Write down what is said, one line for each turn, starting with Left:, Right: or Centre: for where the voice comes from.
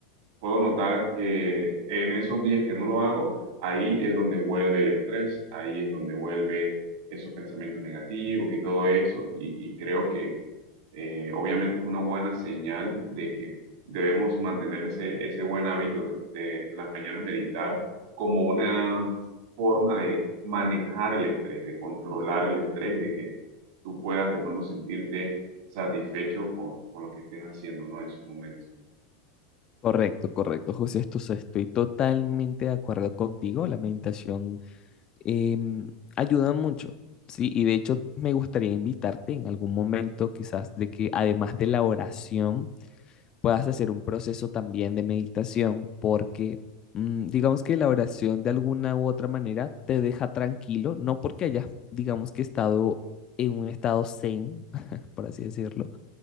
Right: puedo notar que en esos días que no lo hago, ahí es donde vuelve el estrés, ahí es donde vuelve esos pensamientos negativos y todo eso, y, y creo que eh, obviamente es una buena señal de que debemos mantener ese, ese buen hábito de, de las mañanas meditar como una forma de manejar el estrés, de controlar el estrés y de que tú puedas de pronto sentirte satisfecho con, con lo que estés haciendo, ¿no? En su momento.
Left: Correcto, correcto, José, esto se- estoy totalmente de acuerdo contigo. La meditación em, ayuda mucho, ¿sí? Y de hecho me gustaría invitarte en algún momento quizás de que además de la oración, puedas hacer un proceso también de meditación, porque mm, digamos que la oración de alguna u otra manera te deja tranquilo, no porque hayas, digamos que estado en un estado zen, <laughs> por así decirlo,